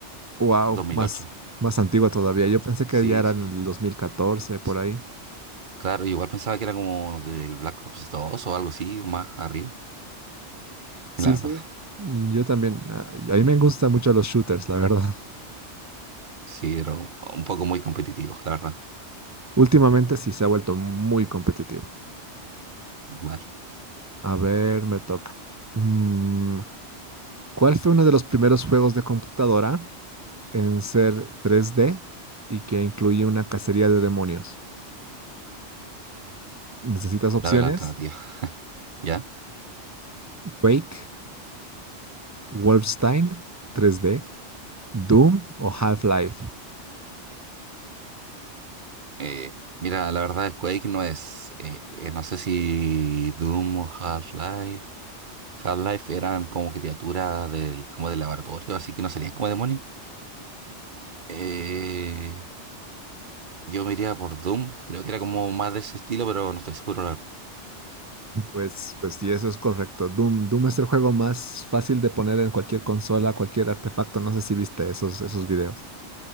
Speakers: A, on the right; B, on the right.
A: Wow,
B: dos mil
A: más,
B: ocho.
A: más antigua todavía. Yo pensé que
B: Sí,
A: ya era
B: sí,
A: en
B: sí.
A: el 2014 por
B: S-
A: ahí.
B: Claro, igual pensaba que era como del Black Ops 2 o algo así, o más arriba,
A: Sí,
B: la verdad.
A: sí. mm, Yo también, a a mí me gustan mucho los shooters, la verdad. <laughs>
B: Sí, pero un poco muy competitivo, la verdad.
A: Últimamente sí se ha vuelto muy competitivo.
B: Vale,
A: A ver, me toca. Mm, ¿cuál fue uno de los primeros juegos de computadora en ser tres d y que incluye una cacería de demonios? ¿Necesitas opciones?
B: dame la alternativa. <laughs> ¿Ya?
A: Quake, Wolfenstein 3D, Doom o Half-Life.
B: Eh, mira, la verdad, el Quake no es. eh, eh, no sé si Doom o Half-Life. Half-Life eran como criaturas del, como del laboratorio, así que no serían como demonios. Eh, yo me iría por Doom. Creo que era como más de ese estilo, pero no estoy seguro. la verdad.
A: Pues, pues sí, eso es correcto. Doom, Doom es el juego más fácil de poner en cualquier consola, cualquier artefacto. No sé si viste esos, esos videos.